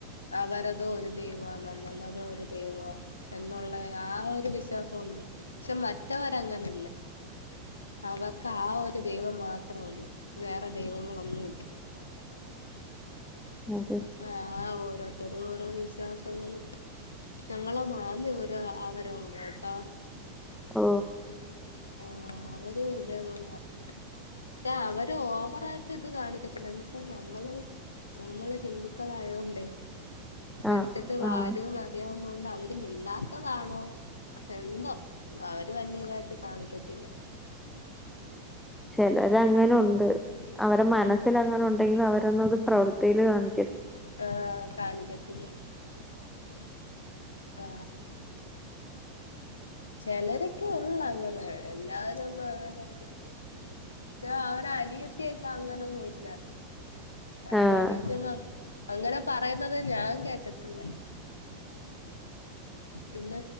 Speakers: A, on the left (about 75°); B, in the centre.
A: അവര ദോ ഒരു ദൈവ നമ്മള്ടതൊരു ദൈവ എന്നുള്ള ആ ഒരു വിശ്വാസം ഉണ്ട് ഷേ മറ്റവരങ്ങനല്ല അവർക് ആ ഒരു ദൈവം മാ ത്രെള്ളു വേറെ ദൈവങ്ങളൊന്നുല്ല
B: അതെ
A: ആ ഓരോരുത്തര് ഓരോ വിശ്വാസ ഞങ്ങള് ഞങ്ങളൊന്ന് ആന്നിലൊരാ അവരൊള്ട്ടാ
B: ആ
A: ആ അവര് തേപോലെ താ അവര് ഓവറായിട്ട്ത് കാണിക്കത്തില്ല എന്ന് വച്ച നമ്മള് നമ്മള് ഹിന്ദുകളായത് കൊണ്ടേ
B: ആഹ്
A: എടത്ട്ട് വാരോ
B: ആഹ്
A: ന്നറിയ ഒന്ന് അവര് മിണ്ടാത്തതാണോ എന്തൊ അവര് വല്യ നേരത് കാണിക്കത്തില്ല
B: ചെലരങ്ങനുണ്ട് അവരെ മനസ്സിലങ്ങനൊണ്ടെങ്കിലും അവരൊന്നും അത് പ്രവർത്തീല് കാണി
A: ആ കാണിക്കതില്ല ആ ചെലരൊക്കെ ഓ ഉം ന്നങ്ങനെ എല്ലാവരൊന്നും അങ്ങനെ യാഹ് അവരെ അനിയത്തിയൊക്കെ അങ്ങനെ പോയിറ്റില്ല അവരെ
B: ആഹ്
A: അനിയത്തിയൊന്നും അങ്ങ് അങ്ങനെ പറയുന്നത് ഞാൻ കേട്ടട്ടില്ല പിന്നെ